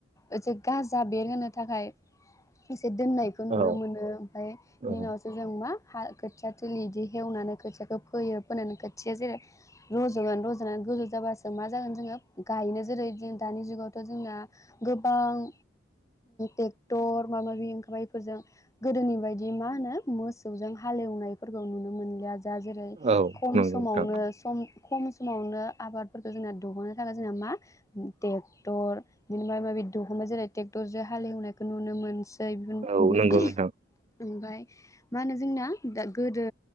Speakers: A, on the left (about 15°); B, on the right (about 35°).
A: एसे गाजा बेरहोनो थाखाय। एसे दोननायखौ नुनो
B: औ
A: मोनो ओमफ्राय बिनि
B: औ
A: उनावसो जों मा हा खोथिया थिलि बिदि एवनानै खोथियाखौ फोयो फोनानै खोथिया जेरै रज'गोन रज'नानै गोजौ जाबासो मा जागोन जोङो गायनो जेरै दानि जुगावथ' जोंना गोबां टेक्टर माबा माबि ओंखारबाय बेफोरजों गोदोनि बायदि मा होनो मोसौजों हालेवनायफोरखौ नुनो मोनलिया। जा जेरै
B: औ
A: खम
B: नंगौ
A: समावनो
B: नोंथां
A: सम खम समावनो आबादफोरखौ जोंना दुहुननो थाखाय जोंना मा ट्रेक्टर बि माबे माबि दुहुननाय जेरै ट्रेक्टरजों हालेवनायखौ नुनो मोन <unintelligible>
B: औ नंगौ नोंथां
A: ओमफ्राय मा होनो जोंना गोदो